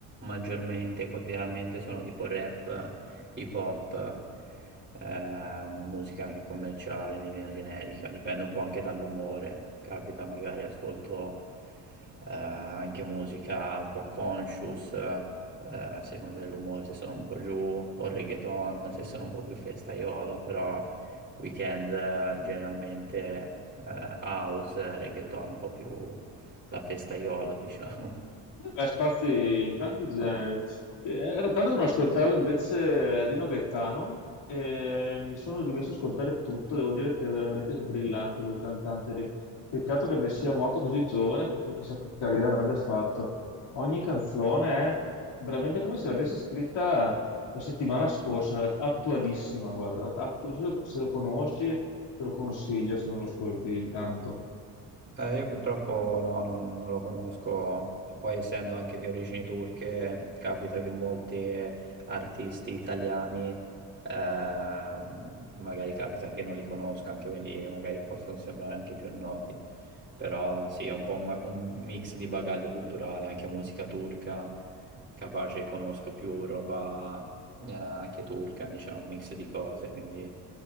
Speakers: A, on the right; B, on the left.
A: maggiormente, quotidianamente, sono tipo rap, hip hop, eh, musica anche commerciale in linea generica, dipende un po' anche dall'umore, capita magari ascolto eh, anche musica un po' conscious eh, secondo l'umore, se sono un po' giù, o reggaeton, se sono un po' più festaiolo, però weekend eh, generalmente eh, house, reggaeton, un po' più da festaiolo, <laughs> diciamo.
B: Beh, spazi in tanti generi. Eh, Ero tanto che non ascoltavo invece Rino Gaetano e mi sono rimesso ad ascoltare tutto. Devo dire che è veramente brillante quel cantante lì. Peccato che abbia- sia morto così giovane perché chissà che carriera avrebbe fatto. Ogni canzone è veramente come se l'avessi scritta la settimana scorsa, attualissima, guarda. Attu- se lo se lo conosci, te lo consiglio se non lo ascolti tanto.
A: Eh, io purtroppo no, non, non lo conosco, E poi essendo anche di origini turche, capita che molti eh, artisti italiani, ehm, magari capita che non li conosca, anche quelli magari possono sembrare anche più noti. Però sì, è un po' un, ma- un mix di bagaglio culturale, anche musica turca, capace conosco più roba eh, anche turca, diciamo, un mix di cose, quindi...